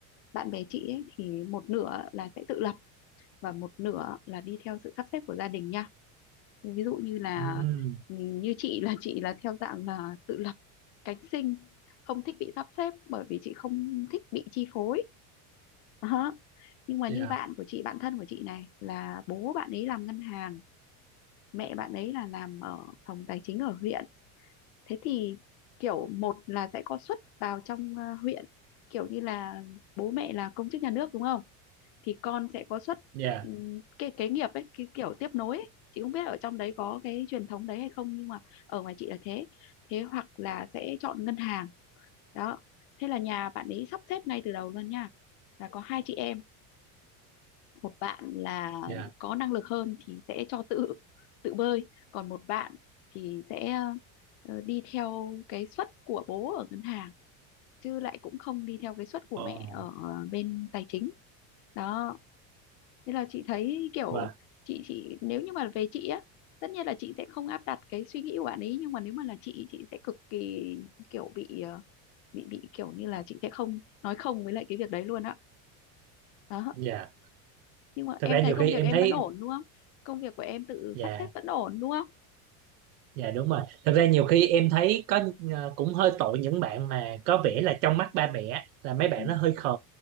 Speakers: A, on the left; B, on the right.
A: bạn bè chị ấy thì một nửa là sẽ tự lập và một nửa là đi theo sự sắp xếp của gia đình nha ví dụ như là
B: Ừm,
A: ừ, như chị là chị là theo dạng là tự lập cánh sinh không thích bị sắp xếp bởi vì chị không thích bị chi phối Đó. nhưng mà
B: dạ
A: như bạn của chị bạn thân của chị này là bố bạn ấy làm ngân hàng mẹ bạn ấy là làm ở phòng tài chính ở huyện thế thì kiểu một là sẽ có suất vào trong ờ, huyện kiểu như là bố mẹ là công chức nhà nước đúng không thì con sẽ có xuất
B: dạ
A: ừm, cái kế nghiệp ấy cái kiểu tiếp nối ấy. chị không biết ở trong đấy có cái truyền thống đấy hay không nhưng mà ở ngoài chị là thế thế hoặc là sẽ chọn ngân hàng đó thế là nhà bạn ấy sắp xếp ngay từ đầu luôn nha là có hai chị em một bạn là
B: dạ
A: có năng lực hơn thì sẽ cho tự tự bơi còn một bạn thì sẽ ờ, đi theo cái suất của bố ở ngân hàng chứ lại cũng không đi theo cái suất của
B: ồ
A: mẹ ở bên tài chính đó nên là chị thấy kiểu
B: và
A: chị chị nếu như mà về chị á tất nhiên là chị sẽ không áp đặt cái suy nghĩ của bạn ấy nhưng mà nếu mà là chị chị sẽ cực kỳ kiểu bị ờ, bị bị kiểu như là chị sẽ không nói không với lại cái việc đấy luôn á đó.
B: dạ
A: nhưng mà
B: thật
A: em
B: ra
A: thấy
B: nhiều
A: công
B: khi
A: việc
B: em
A: em
B: thấy
A: vẫn ổn đúng không công việc của em tự
B: dạ
A: sắp xếp vẫn ổn đúng không
B: Dạ đúng rồi. Thật ra nhiều khi em thấy có ờ, cũng hơi tội những bạn mà có vẻ là trong mắt ba mẹ là mấy bạn
A: ừ
B: nó hơi khờ.